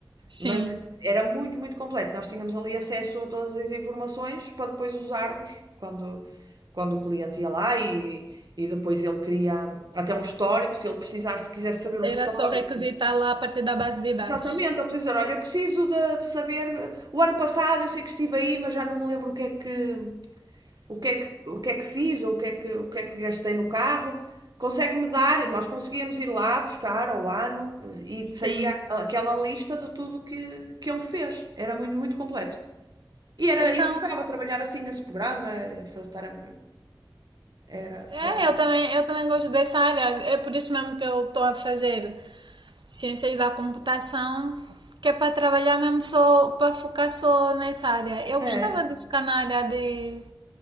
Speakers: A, on the right; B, on the right.
A: sim.
B: Mas era muito, muito completo. Nós tínhamos ali acesso a todas as informações para depois usarmos quando, quando o cliente ia lá e, e depois ele queria até um histórico, se ele precisasse, quisesse saber
A: Era
B: o histórico.
A: só requisitar lá a partir da base de dados.
B: Exatamente, ele precisa, olha, eu preciso de, de saber, eh, o ano passado eu sei que estive aí, mas já não me lembro o que é que, o que é que, o que é que fiz ou o que é que, o que é que gastei no carro, consegue-me dar, nós conseguíamos ir lá buscar ao ano eh, e
A: Sim.
B: saía aquela lista de tudo que, que ele fez. Era muito, muito completo. E era,
A: Então,
B: eu gostava de trabalhar assim nesse programa, eh, fazer, estar a- era,
A: é,
B: por acaso.
A: eu também, eu também gosto dessa área. É por isso mesmo que eu estou a fazer ciências da computação, que é para trabalhar mesmo só, para focar só nessa área. Eu
B: É,
A: gostava de ficar na área de